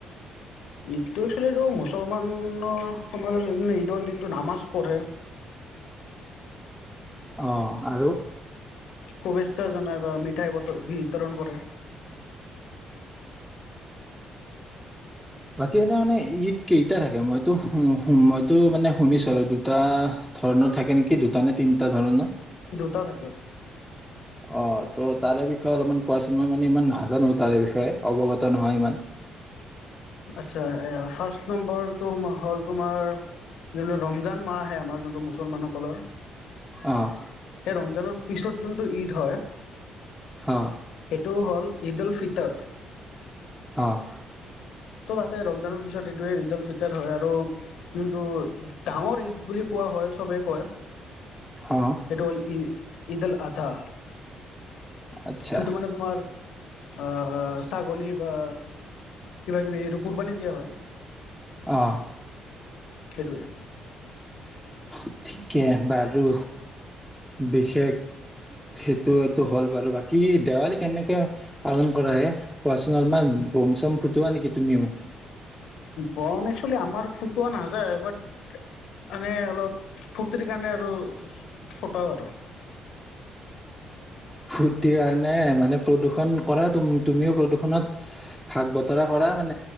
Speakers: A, on the left (about 75°); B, in the centre.
A: ঈদটো একচুলি এইটো মুছলমানৰ <unintelligible> ঈদৰ দিনটো নামাজ পঢ়ে।
B: অহ, আৰু
A: শুভেচ্ছা জনাই বা মিঠাই বতৰ বিতৰণ কৰে।
B: বাকী এনে মানে ঈদ কেইটা থাকে মইতো- -মইতো মানে শুনিছো আৰু দুটা ধৰণৰ থাকে নেকি দুটা নে তিনটা ধৰণৰ
A: দুটা থাকে।
B: অহ, ত' তাৰে বিষয়ে অলপমান কোৱাচোন মই মানে ইমান নাজানো তাৰে বিষয়ে অৱগত নহয় ইমান।
A: আচ্ছা এ ফাৰ্ষ্ট নম্বৰটো হ'ল তোমাৰ যোনটো ৰমজান মাহ আহে আমাৰ যোনটো মুছলমানসকলৰ।
B: অহ,
A: সেই ৰমজানৰ পিছত যোনটো ঈদ হয়।
B: অ
A: সেইটো হ'ল ঈদুলফিতাৰ।
B: অহ,
A: ত' তাতে ৰমজানৰ পিছত সেইটোৱে ঈদুলফিতাৰ হয় আৰু যোনটো ডাঙৰ ঈদ বুলি কোৱা হয় চবেই কয়
B: অ
A: সেইটো হ'ল ই ঈদ উলআদহা।
B: আচ্ছা
A: সেইটো মানে তোমাৰ অহ, ছাগলী বা কিবা কিবি এইটো কুৰ্বানি দিয়া হয়।
B: অহ,
A: সেইটোৱে।
B: <unintelligible> কে বাৰু। বিশেষ সেটোৱেতো হ'ল বাৰু বাকী দেৱালী কেনেকে পালন কৰা হে কোৱাচোন অলপমান বম চম ফুটোৱা নেকি তুমিও?
A: বম একচুৱেলি আমাৰ ফটোৱা নাযায় বট এনে অলপ ফুৰ্তিৰ কাৰণে আৰু ফুটাও আৰু।
B: ফূৰ্তি কাৰণে মানে প্ৰদূষণ কৰাত তুম -তুমিও প্ৰদূষণত ভাগ বতৰা কৰা মানে।